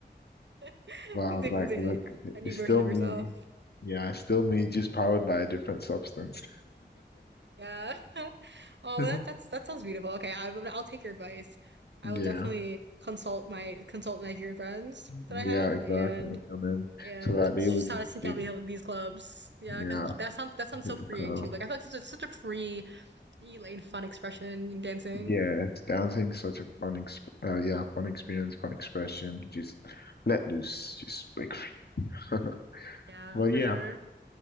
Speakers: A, on the right (about 75°); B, on the left (about 60°).
A: <laughs>
B: But I was
A: Definitely
B: like, look,
A: a new
B: it's
A: version
B: still
A: of
B: me.
A: yourself.
B: Yeah, it's still me, just powered by a different substance.
A: Yeah. <laughs> Oh,
B: <laughs>
A: well, that that's that sounds beautiful. Okay, I, will- I'll take your advice. I
B: Yeah,
A: will definitely consult my consult Nigerian friends that
B: yeah,
A: I have
B: exactly.
A: and
B: And then
A: and
B: so that they
A: just
B: would
A: how
B: just
A: to seek
B: they,
A: out the- these clubs. Yeah,
B: Yeah,
A: because that sounds that sounds so freeing
B: cool.
A: too. Like I feel like such a, such a free, and fun expression in dancing.
B: Yeah, it's dancing such a fun ex uh, yeah, fun experience, fun expression. Just let loose, just break free. <laughs>
A: Yeah,
B: But
A: for
B: yeah,
A: sure.